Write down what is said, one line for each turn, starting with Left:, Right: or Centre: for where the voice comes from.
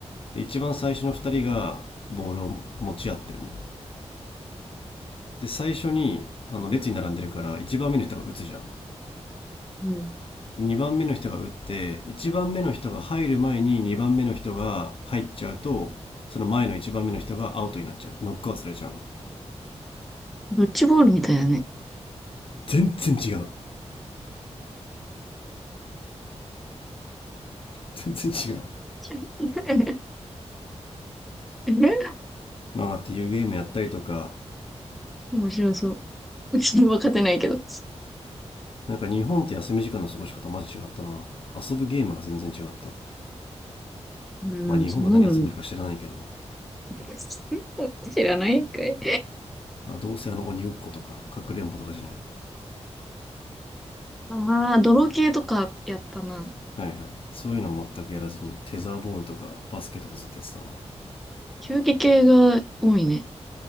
Left: で一番最初の2人がボールを持ち合ってるのよで最初にあの列に並んでるから1番目の人が打つじゃん
Centre: うん。
Left: で2番目の人が打って1番目の人が入る前に2番目の人が入っちゃうとその前の1番目の人がアウトになっちゃうノックアウトされちゃうのよ
Centre: ドッジボールみたいだね。
Left: 全然違う全然違う
Centre: <laughs> え
Left: なあっていうゲームやったりとか
Centre: 面白そう。うちに分かってないけど。
Left: なんか日本って休み時間の過ごし方マジ違ったな遊ぶゲームが全然違った
Centre: うん、
Left: まあ日本が何遊んでるか知らないけど、
Centre: そんなの、<laughs> 知らないんかい。
Left: まあ、どうせあの鬼ごっことかかくれんぼとかじゃない
Centre: ああ、泥系とかやったな。
Left: のはいはいそういうのは全くやらずにテザーボールとかバスケとかずっとやってたな、は
Centre: 球技系が多いね。